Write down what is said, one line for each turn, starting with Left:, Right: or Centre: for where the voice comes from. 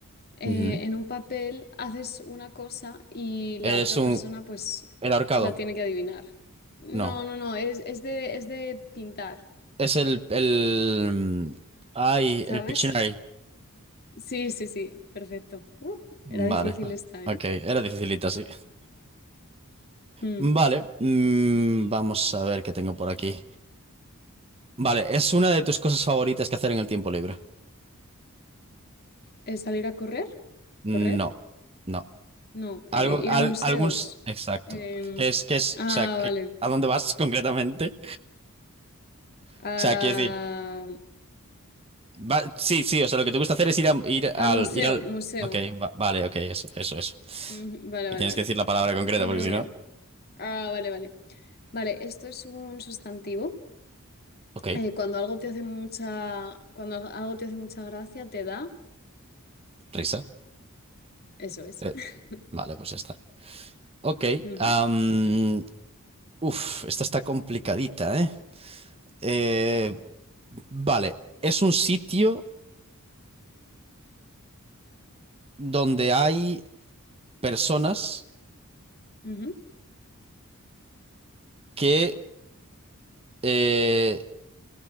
Left: eh,
Right: Ujú.
Left: en un papel haces una cosa y la
Right: Es
Left: otra
Right: un...
Left: persona pues
Right: El ahorcado.
Left: la tiene que adivinar. No,
Right: No.
Left: no, no, es, es de, es de pintar,
Right: Es el... el... Ay,
Left: ¿sabes?
Right: el Pictionary.
Left: Sí, sí, sí, perfecto. Uh,
Right: Vale.
Left: era difícil esta,
Right: Ok,
Left: ¿eh?
Right: era dificilita, sí.
Left: Mm.
Right: Vale. Mm, vamos a ver qué tengo por aquí. Vale, ¿es una de tus cosas favoritas que hacer en el tiempo libre?
Left: ¿Es salir a correr?
Right: No,
Left: ¿Correr?
Right: no.
Left: No,
Right: Algo,
Left: eh, ir
Right: al-
Left: a museos.
Right: algún... s- Exacto.
Left: Em,
Right: ¿Qué es, qué es,
Left: ah,
Right: o sea, qué-
Left: vale.
Right: ¿a dónde vas <laughs> concretamente? O
Left: Ah,
Right: sea, quiero decir, va- sí, sí, o sea, lo que te gusta hacer es ir, a- ir
Left: al
Right: al,
Left: museo,
Right: ir al...
Left: museo.
Right: Ok, va- vale, ok, eso, eso, eso.
Left: Ujú, Vale,
Right: Me
Left: vale,
Right: tienes
Left: vale.
Right: que decir la palabra concreta
Left: Eh,
Right: porque si no...
Left: ah, vale, vale. Vale, esto es un sustantivo.
Right: Ok,
Left: Eh, cuando algo te hace mucha, cuando al- algo te hace mucha gracia, te da.
Right: risa.
Left: Eso es.
Right: Eh,
Left: <laughs>
Right: vale, pues ya está. Ok,
Left: Ujú,
Right: am, uf, esta está complicadita, ¿eh? Eh, vale, es un sitio donde hay... personas
Left: ujú.
Right: que eh,